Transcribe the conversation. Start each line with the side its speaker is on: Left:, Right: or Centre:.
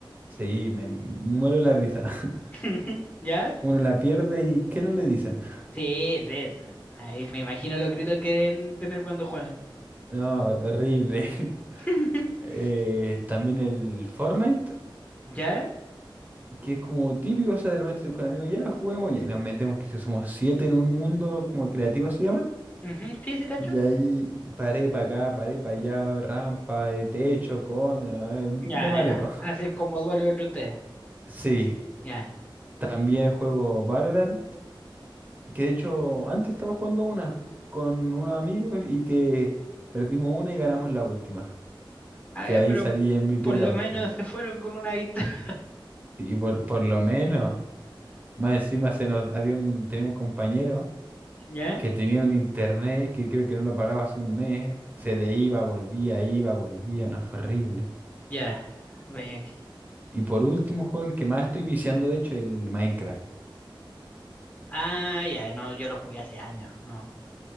Right: Sí, me muero la risa. <laughs>
Left: <laughs> ¿Ya?
Right: Uno la pierde y ¿qué no le dicen?
Left: Sí, sí, sí. Ahí me imagino los gritos que deben tener cuando juegan.
Right: <laughs> No, horrible. <laughs>
Left: <laughs>
Right: Eh, también el Fortnite.
Left: ¿Ya?
Right: que es como típico, o sea, de repente estoy con amigos, ya juguemos, ya, y nos metemos, que si somos siete en un mundo como creativo se llaman,
Left: Ujú, Sí, sí, cacho.
Right: y ahí paré para acá, paré para allá, rampa, eh, techo, con, eh,
Left: Ya,
Right: me mareo.
Left: ya.
Right: <laughs>
Left: Hacen como duelo entre ustedes.
Right: Sí,
Left: Ya.
Right: también juego Valorant, que de hecho antes estaba jugando una con unos amigos y que perdimos una y ganamos la última,
Left: Ah,
Right: que
Left: ya,
Right: ahí
Left: pero
Right: salí MVP
Left: por
Right: en
Left: lo
Right: la última.
Left: menos se fueron con una victoria.
Right: Y por, por lo menos, más encima se nos, había un, tenemos un compañero
Left: <laughs> ¿Ya?
Right: que tenía un internet que creo que no lo pagabas un mes, se le iba, volvía, iba, volvía, no fue horrible.
Left: Ya. Ve-
Right: Y por último, juego el que más estoy viciando, de hecho, el Minecraft.
Left: Ah, ya, no, yo lo jugué hace años, no.